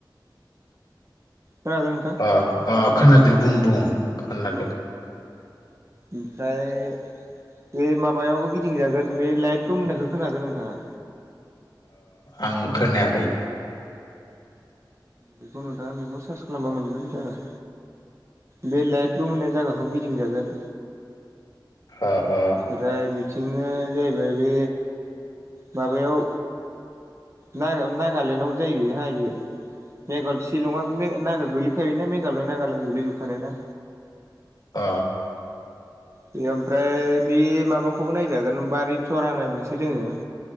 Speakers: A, on the right; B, on the left.
A: खोनादों
B: अ अ खोनादो बुं बुं खोनादो।
A: औ ओमफ्राय बे माबायावबो गिदिंजागोन बे लाइटलुम होननायख खोनादों नोंथाङा?
B: आं खोनायाखै
A: बेखौ नोंथाङा मबाइलाव बेखौ सार्च खालामबा मोनगोन जाबाय। बे लाइटल' होननाय जायगाखौ गिदिंजागोन
B: अ अ
A: ओमफ्राय बिथिंनो जाहैबाय बे माबायाव नागालेण्डआव जाय गै हायो मेघाल शिलं गोल्लैखाय ना मेघालय नागालेण्ड गोलैजोबखानाय ना।
B: अ
A: बे ओमफ्राय बे माबाखौबो नायजागोन बारि थरानाय मोनसे दोङो।